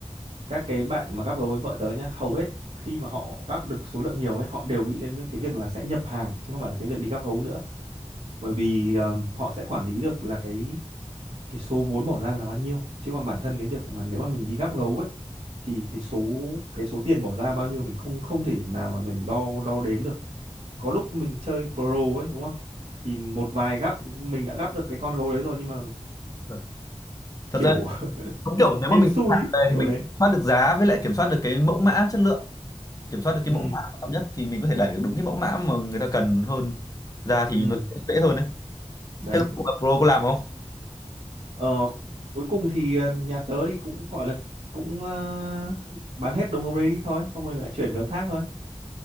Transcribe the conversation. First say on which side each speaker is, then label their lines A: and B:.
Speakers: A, on the right; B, on the left.
A: các cái bạn mà gắp gấu với vợ tớ nhá hầu hết khi mà họ gắp được số lượng nhiều ấy họ đều nghĩ đến cái việc là sẽ nhập hàng chứ không phải là cái việc đi gắp gấu nữa bởi vì ờm, họ sẽ quản lý được là cái cái số vốn bỏ ra là bao nhiêu chứ còn bản thân cái việc mà nếu mà mình đi gắp gấu ấy thì cái số cái số tiền bỏ ra bao nhiêu mình không không thể nào mà mình đo đo đếm được có lúc mình chơi pro ấy đúng không thì một vài gắp mình đã gắp được cái con gấu đấy rồi nhưng mà
B: Vâng. thật
A: kiểu
B: ra Đúng
A: <laughs>
B: kiểu nếu
A: hên
B: mà mình
A: xui
B: hàng
A: ấy,
B: về thì
A: kiểu
B: mình
A: đấy
B: kiểm soát được giá với lại kiểm soát được cái mẫu mã chất lượng, kiểm soát được cái
A: ừ
B: mẫu mã quan trọng nhất thì mình có thể đẩy được đúng cái mẫu mã mà người ta cần hơn ra thì
A: ừ
B: nó sẽ dễ hơn đấy.
A: đấy
B: Thế là Pro có làm không?
A: ờ, cuối cùng thì ờ, nhà tớ thì cũng gọi là cũng ờ, bán hết đồng gấu đấy đi thôi xong rồi lại chuyển hướng khác thôi